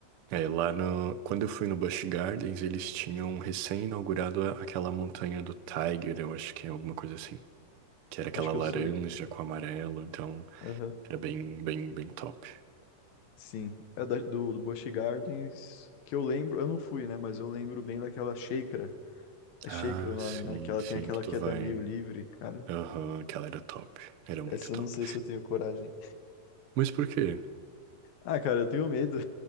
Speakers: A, on the right; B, on the left.
A: É, lá no... Quando eu fui no Busch Gardens, eles tinham recém-inaugurado a- aquela montanha do Tiger, eu acho que é alguma coisa assim. Que era aquela
B: Acho que
A: laranja
B: eu sei.
A: com amarelo, então
B: Aham.
A: era bem, bem, bem top.
B: Sim. É da- do, do Busch Gardens, que eu lembro. Eu não fui, né? Mas eu lembro bem daquela Sheikra. É
A: Ah,
B: Sheikra o nome,
A: sim,
B: né? Que ela
A: sim,
B: tem aquela
A: que tu
B: queda
A: vai.
B: meio livre, cara.
A: Aham, aquela era top. Era muito
B: Essa
A: top.
B: eu não sei se eu tenho coragem.
A: Mas por quê?
B: Ah, cara, eu tenho medo.